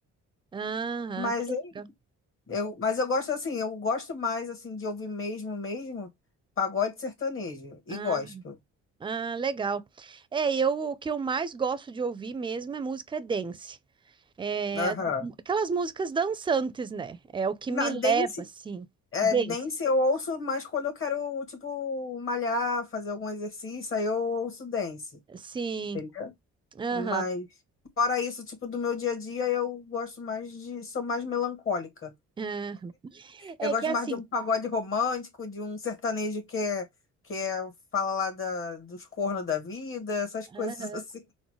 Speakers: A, on the right; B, on the left.
A: Aham,
B: Mas
A: que
B: é-
A: legal.
B: eu, mas eu gosto assim, eu gosto mais assim de ouvir mesmo, mesmo, pagode sertanejo e
A: Ah,
B: gospel.
A: ah, legal. É, eu o que eu mais gosto de ouvir mesmo é música dance. É,
B: Aham.
A: aquelas músicas dançantes, né? É o que
B: Na
A: me
B: dance,
A: leva, assim.
B: é,
A: Dance.
B: dance eu ouço mais quando eu quero, tipo, malhar, fazer algum exercício, aí eu ouço dance.
A: Sim.
B: Entendeu?
A: Aham.
B: Mas fora isso, tipo, do meu dia a dia, eu gosto mais de, sou mais melancólica.
A: aham. É
B: Eu gosto
A: que é
B: mais
A: assim.
B: de um pagode romântico, de um sertanejo que é, que é fala lá da, dos cornos da vida, essas <laughs> coisas
A: aham.
B: assim.